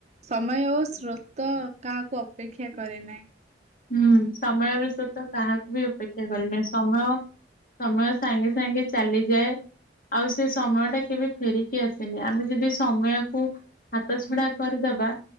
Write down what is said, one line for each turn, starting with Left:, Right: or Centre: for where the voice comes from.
Right: ସମୟ ଓ ସ୍ରୋତ କାହାକୁ ଅପେକ୍ଷା କରେ ନାହିଁ।
Left: ହୁଁ ସମୟର ସ୍ରୋତ କାହାକୁ ବି ଅପେକ୍ଷା କରେନା ସମୟ ସମୟ ସାଙ୍ଗେ ସାଙ୍ଗେ ଚାଲିଯାଏ। ଆଉ ସେ ସମୟ ଟା କେବେ ଫେରିକି ଆସେନି ଆମେ ଯଦି ସମୟକୁ ହାତ ଛଡ଼ା କରିଦବା